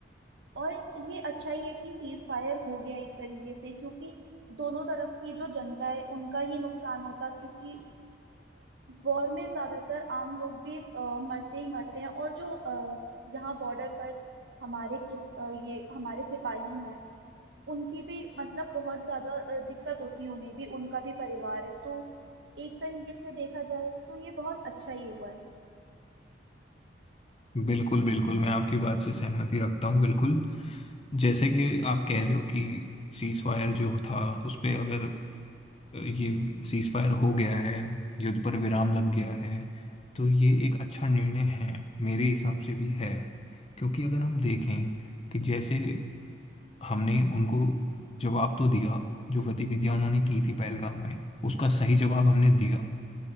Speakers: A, on the right (about 75°); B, on the left (about 30°).
A: और ये अच्छा ही है कि सीज फायर हो गया एक तरीके से क्योंकि दोनों तरफ की जो जनता है उनका ही नुकसान होता क्योंकि वॉर में ज्यादातर आम लोग भी अ, मरते ही मरते हैं और जो अ, यहाँ बॉर्डर पर हमारे किस अ, ये हमारे सिपाही हैं उनकी भी मतलब बहुत ज्यादा अ, दिक्कत होती है उन्हें भी उनका भी परिवार है तो एक तरीके से देखा जाए तो ये बहुत अच्छा ही हुआ
B: बिल्कुल बिल्कुल मैं आपकी बात से सहमति रखता हूँ बिल्कुल जैसे कि आप कह रहे हो कि सीज फायर जो था उस पे अगर ये सीज फायर हो गया है युद्ध पर विराम लग
A: है
B: गया है तो ये एक अच्छा निर्णय है मेरे हिसाब से भी है क्योंकि अगर हम देखें कि जैसे हमने उनको जवाब तो दिया जो गतिविधियां उन्होंने की थी पहलगाम में उसका सही जवाब हमने दिया